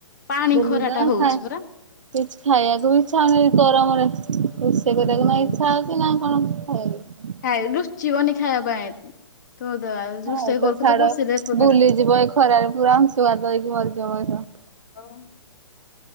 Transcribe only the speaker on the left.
ପାଣି
ଖରାଟା
ହଉଛି
ପରା।
ହୁଁ
ଖାଇ ରୁଚିବନି ଖାଇବା ପାଇଁ। <inaudible>
ଘରକୁ
ପଶିଲେ ପୁରା
<inaudible>